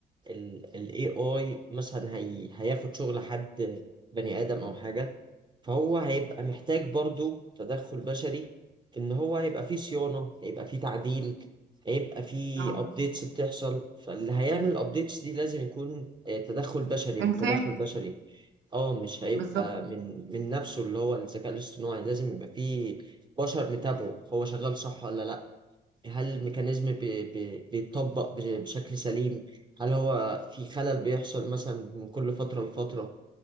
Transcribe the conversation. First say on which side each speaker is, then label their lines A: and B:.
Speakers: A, on the right; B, on the right.
A: ال ال AI مثلا هي هياخد شغل حد بني ادم او حاجة فهو هيبقى محتاج برضو تدخل بشري في ان هو هيبقى فيه صيانة هيبقى فيه تعديل هيبقى فيه
B: اهو
A: ابديتس بتحصل فاللي هيعمل الابديتس دي لازم يكون آه، تدخل بشري من
B: انسان
A: تدخل بشري اه مش هيبقى
B: بالظبط
A: من من نفسه اللي هو الذكاء الاصطناعي لازم يبقى فيه بشر متابعه هو شغال صح ولا لا هل الميكانيزم بي بي بيتطبق بش- بشكل سليم هل هو في خلل بيحصل مثلا من كل فترة لفترة